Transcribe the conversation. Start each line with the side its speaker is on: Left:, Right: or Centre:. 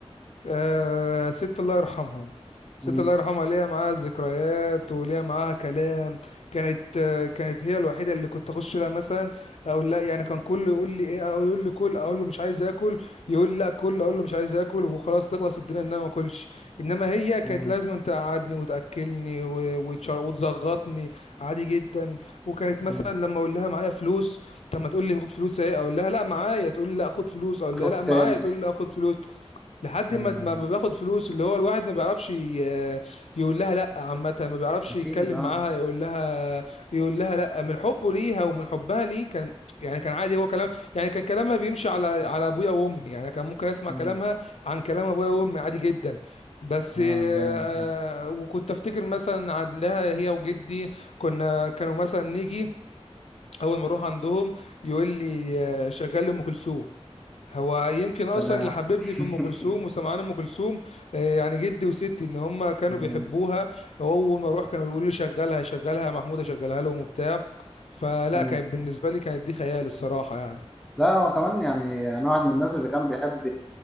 Left: آه ست الله يرحمها ست
Centre: مم.
Left: الله يرحمها ليها معاها ذكريات وليها معاها كلام كانت آه كانت هي الوحيده اللي كنت اخش لها مثلا اقول لا يعني كان كله يقول لي ايه او يقول لي كل اقول له مش عايز اكل يقول لي لا كل اقول له مش عايز اكل وخلاص تخلص الدنيا ان انا ما اكلش انما هي كانت
Centre: مم.
Left: لازم تقعدني وتاكلني و- وتشر- وتزغطني عادي جدا وكانت مثلا
Centre: مم.
Left: لما اقول لها معايا فلوس طب ما تقول لي خد فلوس اهي اقول لها لا معايا تقول لي لا خد فلوس اقول
Centre: خد
Left: لها لا معايا
Centre: تاني
Left: تقول لي لا خد فلوس لحد
Centre: ايوه
Left: ما ما
Centre: ايوه
Left: ما باخد فلوس اللي هو الواحد ما بيعرفش ي- يقول لها لا عامة ما بيعرفش
Centre: اكيد
Left: يتكلم
Centre: اه
Left: معاها يقول لها يقول لها لا من حبه ليها ومن حبها ليه كان يعني كان عادي هو كلام يعني كان كلامها بيمشي على على ابويا وامي يعني كان ممكن اسمع
Centre: مم.
Left: كلامها عن كلام ابويا وامي عادي جدا بس
Centre: اه
Left: آه،
Centre: جامد ده
Left: وكنت افتكر مثلا عن لها هي وجدي كنا كانوا مثلا نيجي اول ما اروح عندهم يقول لي آه، شغال ام كلثوم هو يمكن
Centre: يا سلام
Left: اصلا اللي حببني
Centre: <laughs>
Left: في ام كلثوم وسمعان ام كلثوم آه، يعني جدي وستي ان هم كانوا
Centre: مم.
Left: بيحبوها اول ما اروح كانوا يقولوا لي شغلها شغلها يا محمود اشغلها لهم وبتاع فلا
Centre: مم.
Left: كانت بالنسبه لي كانت دي خيال الصراحه يعني
Centre: لا هو كمان يعني انا واحد من الناس اللي كان بيحب